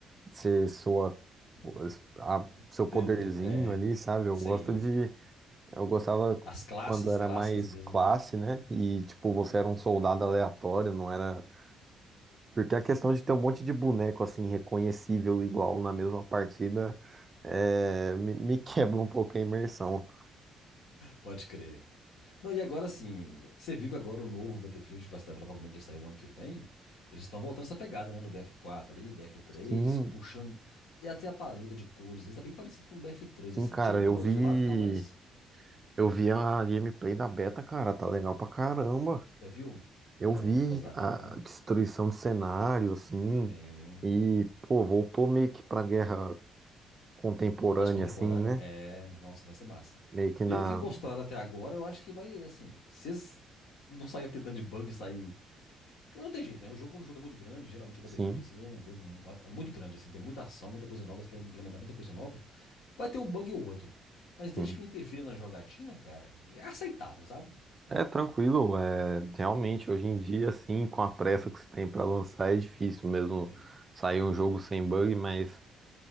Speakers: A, on the right; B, on the left.
A: ser sua,
B: <laughs> O
A: a- seu poderzinho
B: te- te- É,
A: ali, sabe? Eu
B: sem
A: gosto de, eu gostava
B: as classes
A: quando era
B: clássicas
A: mais
B: mesmo,
A: classe,
B: né?
A: né? E, tipo, você
B: Sim.
A: era um soldado aleatório, não era. Porque a questão de ter um monte de boneco, assim, reconhecível igual na mesma partida, é, me, me <laughs> quebra um pouco a imersão.
B: Pode crer. Não, e agora sim, você viu que agora o novo Battlefield, que vai sair, provavelmente deve sair o ano que vem, eles estão voltando essa pegada, né? Do BF4 ali, BF3,
A: Sim,
B: puxando. E até a paleta de cores, isso tá bem parecido com o BF3,
A: sim,
B: assim.
A: cara,
B: Tira um pouco
A: eu vi.
B: azulado e tá mais.
A: Eu vi a gameplay da beta, cara, tá legal pra caramba.
B: Você viu
A: Eu
B: ah,
A: vi
B: os vazamentos
A: a
B: lá?
A: destruição de cenário, assim,
B: Tem.
A: e, pô, voltou meio que pra guerra contemporânea,
B: Mais contemporâneo,
A: assim, né?
B: né? É. Nossa, vai ser massa.
A: Meio que na.
B: Pelo que mostraram até agora, eu acho que vai, assim. Se eles não sair aquele tanto de bug e sair Não tem jeito, né? O jogo, quando o jogo é muito grande, geralmente o Battlefield,
A: Sim,
B: assim, é um jogo mu- é muito grande, assim, tem muita ação, muita coisa nova, você quer implementar muita coisa nova, vai ter um bug ou outro. Mas desde
A: sim.
B: que não interfira na jogatina, cara, é aceitável, sabe?
A: É tranquilo, é realmente hoje em dia, assim, com a pressa que se tem pra lançar, é difícil mesmo
B: Sim,
A: sair um jogo sem bug, mas,